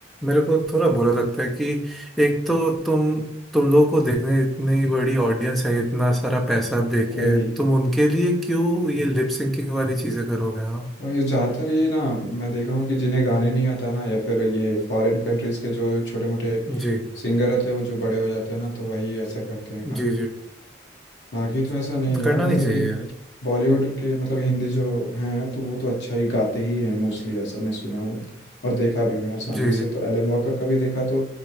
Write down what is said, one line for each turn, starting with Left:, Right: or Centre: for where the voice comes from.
Centre: मेरे को थोड़ा बुरा लगता है कि एक तो तुम तुम लोगों को देखने इतनी बड़ी ऑडियंस है इतना सारा पैसा दे
Left: भाई
Centre: के तुम उनके लिए क्यों ये लिप सिंकिंग वाली चीजें करोगे हाँ
Left: भाई ज़्यादातर ये ना मैं देखा हूँ कि जिन्हें गाने नहीं आता ना या फिर ये फॉरेन कंट्रीज के जो छोटे मोटे
Centre: जी
Left: सिंगर रहते हैं वो जो बड़े हो जाते हैं ना तो वही ऐसा करते हैं काम
Centre: जी जी
Left: बाकी तो ऐसा नहीं यार
Centre: करना
Left: मतलब
Centre: नहीं चाहिए
Left: कि
Centre: यार
Left: बॉलीवुड के मतलब हिंदी जो हैं तो वो तो अच्छा ही गाते ही हैं मोस्टली ऐसा मैं सुना हूँ और देखा भी हूँ यार सामने
Centre: जी
Left: से
Centre: जी
Left: तो एलन वॉकर का भी देखा तो